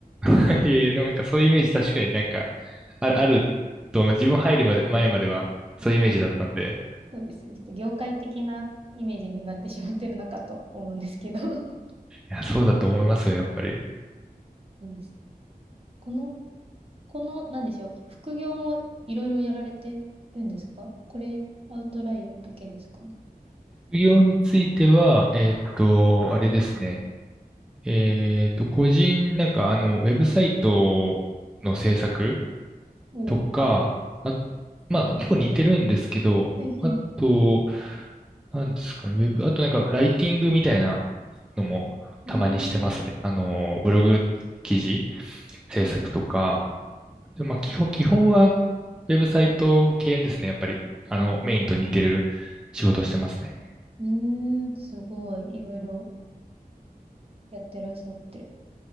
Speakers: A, in the centre; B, on the right.
A: <laughs> いやいや、でもなんかそういうイメージ確かになんか、ある、あると思います。自分入るまで、前まではそういうイメージだったんで、
B: うですね。ちょっと業界的なイメージにはなってしまってるのかと思うんですけど。<laughs>
A: いや、そうだと思いますよ、やっぱり。
B: そうですよね。この、この、なんでしょう。副業もいろいろやられてるんですかこれ、アウトライヤーだけですかね。
A: 副業については、えーっと、あれですね。えーっと、個人、なんかあの、ウェブサイトの制作
B: おお、
A: とか、
B: あ、
A: あ、まあ結構似てるんですけど、
B: 個人でも。はいはい。
A: あと、なんですかね、ウェブ、あとなんかライティングみたいなのもたまにしてますね。
B: うーん、
A: あの、ブログ記事制作とか、でもまあ基本、基本はウェブサイト系ですね、やっぱり。あの、メインと似てる仕事してますね。
B: うーん、すごい、いろいろやってらっしゃって。